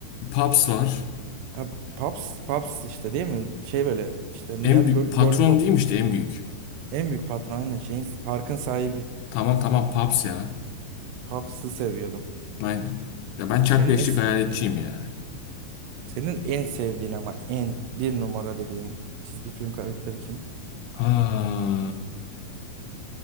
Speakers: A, on the left (about 80°); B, on the right (about 75°).
A: Pops var.
B: Ha, Paps, Paps işte değil mi? Şey böyle işte yani
A: En büyük
B: lo-
A: patron
B: Lollipop
A: değil mi işte en büyük?
B: en büyük patron aynen şeyin parkın sahibi.
A: Tamam tamam Pops ya.
B: Paps'ı seviyordum.
A: Aynen. Ya ben Chuck
B: Senin
A: Beşlik
B: es
A: hayaletçiyim ya.
B: senin en sevdiğin ama en bir numara dediğin çizgi film karakteri kim?
A: Ha.